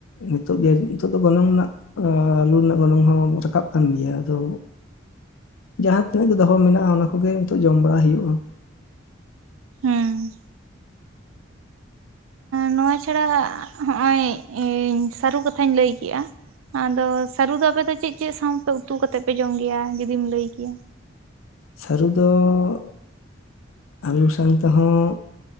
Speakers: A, on the left; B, on the right.
A: ᱱᱤᱛᱳᱜ ᱜᱮ ᱱᱤᱛᱳᱜ ᱫᱚ ᱜᱚᱱᱚᱝ ᱨᱮᱱᱟᱜ ᱮᱸ ᱟᱹᱞᱩ ᱨᱮᱱᱟᱜ ᱜᱚᱱᱚᱝ ᱦᱚᱸ ᱨᱟᱠᱟᱵ ᱠᱟᱱ ᱜᱮᱭᱟ ᱟᱫᱚ, ᱡᱟᱦᱟᱸ ᱛᱤᱱᱟᱹᱜ ᱜᱮ ᱫᱚᱦᱚ ᱢᱮᱱᱟᱜᱼᱟ ᱚᱱᱟ ᱠᱚᱜᱮ ᱱᱤᱛᱚᱜ ᱡᱚᱢ ᱵᱟᱲᱟ ᱦᱩᱭᱩᱜᱼᱟ᱾
B: ᱦᱩᱸ᱾ ᱱᱚᱶᱟ ᱪᱷᱟᱲᱟ ᱦᱚᱸᱜ-ᱚᱭ ᱮᱧ ᱥᱟᱨᱩ ᱠᱟᱛᱷᱟᱧ ᱞᱟᱹᱭ ᱠᱮᱜ-ᱟ᱾ ᱟᱫᱚ ᱥᱟᱹᱨᱩ ᱫᱚ ᱟᱯᱮ ᱫᱚ ᱪᱮᱜ ᱪᱮᱜ ᱥᱟᱶᱛᱮ ᱩᱛᱩ ᱠᱟ ᱠᱟᱛᱮᱜ ᱯᱮ ᱡᱚᱢ ᱜᱮᱭᱟ ᱡᱩᱫᱤᱢ ᱞᱟᱹᱭ ᱠᱮᱭᱟ?
A: ᱥᱟᱹᱨᱩ ᱫᱚᱜ ᱟᱞᱩ ᱥᱟᱝ ᱛᱮᱦᱚᱸᱼᱼ